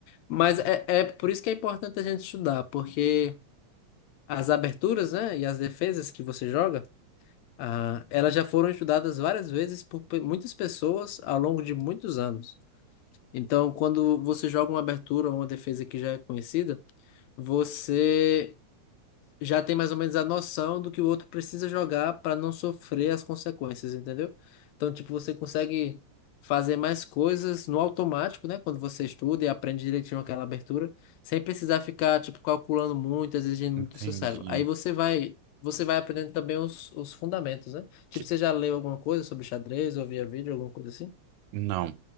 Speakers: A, on the left; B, on the right.
A: Mas é, é por isso que é importante a gente estudar, porque as aberturas, né, e as defesas que você joga, ah, elas já foram estudadas várias vezes por pe- muitas pessoas ao longo de muitos anos. Então, quando você joga uma abertura ou uma defesa que já é conhecida, você já tem mais ou menos a noção do que o outro precisa jogar para não sofrer as consequências, entendeu? Então, tipo, você consegue fazer mais coisas no automático, né? Quando você estuda e aprende direitinho aquela abertura, sem precisar ficar, tipo, calculando muito, exigindo
B: Entendi.
A: muito do seu cérebro. Aí você vai, você vai aprendendo também os, os fundamentos, né? Tipo,
B: Que-
A: você já leu alguma coisa sobre xadrez, ou via vídeo, alguma coisa assim?
B: Não.